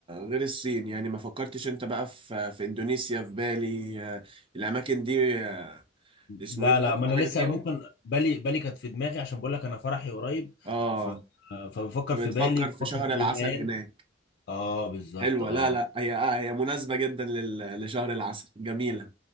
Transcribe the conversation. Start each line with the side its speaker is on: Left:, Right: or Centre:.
Right: غير الصين يعني ما فكرتش انت بقى في في اندونيسيا في بالي آه، الاماكن دي آه، اسمه
Left: لا
Right: ايه ده؟
Left: لا ما انا
Right: رحت
Left: لسه
Right: حاجة فيهم
Left: ممكن بالي بالي كانت في دماغي عشان بقول لك انا فرحي قريب
Right: اه
Left: ف... آه، فبفكر
Right: بتفكر
Left: في بالي بفكر
Right: في شهر
Left: في
Right: العسل
Left: اليونان
Right: هناك
Left: اه بالظبط
Right: حلوة
Left: اه
Right: لا لا هي آه هي مناسبة جدا لل... لشهر العسل جميلة